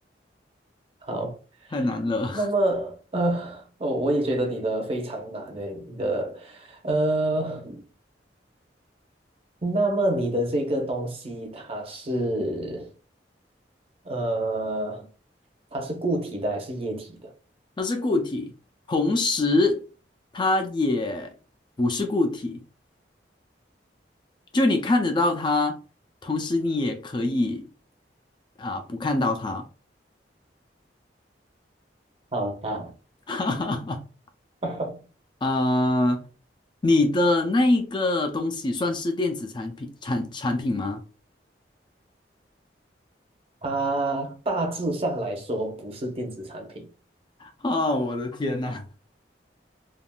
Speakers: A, on the right; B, on the left.
A: 好，
B: 太难了。
A: 那么呃，哦，我也觉得你的非常难诶，你的呃，那么你的这个东西它是呃，它是固体的还是液体的？
B: <laughs> 它是固体，同时它也不是固体，就你看得到它，同时你也可以啊、不看到它。
A: 好吧，
B: <laughs>
A: <laughs>
B: 啊、你的那一个东西算是电子产品产产品吗？
A: 它大致上来说不是电子产品。
B: 啊，我的天呐，